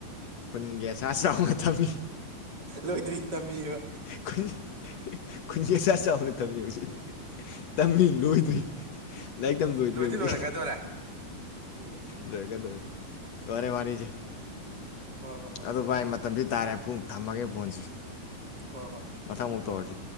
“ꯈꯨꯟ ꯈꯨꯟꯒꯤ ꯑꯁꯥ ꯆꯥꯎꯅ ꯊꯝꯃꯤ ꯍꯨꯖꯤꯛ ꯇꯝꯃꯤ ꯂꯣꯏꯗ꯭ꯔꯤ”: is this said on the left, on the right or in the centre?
Left